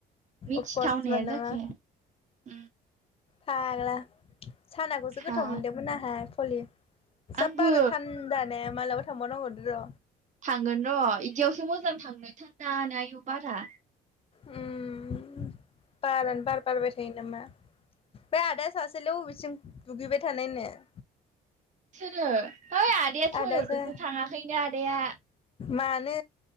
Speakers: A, on the right (about 45°); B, on the left (about 35°).
A: मिथिथावनायानो
B: अफसमान नामा
A: जाखाया उम
B: फाग्ला सानाखौसो गोथाव
A: हा
B: मोनदोंमोन आंहा पलि
A: आंबो
B: जा बारा थान्दा ने मालाबा थांबावनांगौलै र'
A: थांगोन र' बिदियावसो मोजां थांनो थानदा आयु बारा
B: उम बारानो बार बारबाय थायो नामा बे आदा सा सेलाय अबिथिं दुगैबाय थानायनो <unintelligible>
A: सोरो हैइ आदाया थगाय
B: आदासो
A: हरदोंसो थाङाखैनो आदाया
B: मानो